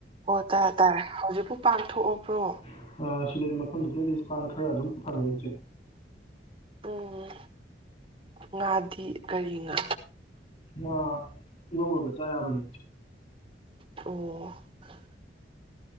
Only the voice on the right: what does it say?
ꯇꯔꯦ ꯇꯥꯔꯦ ꯍꯧꯖꯤꯛꯄꯥꯎ ꯄꯥꯡꯊꯣꯛꯑꯕ꯭ꯔꯣ
ꯎꯝ ꯉꯥꯗꯤ ꯀꯔꯤ ꯉꯥ
ꯑꯣ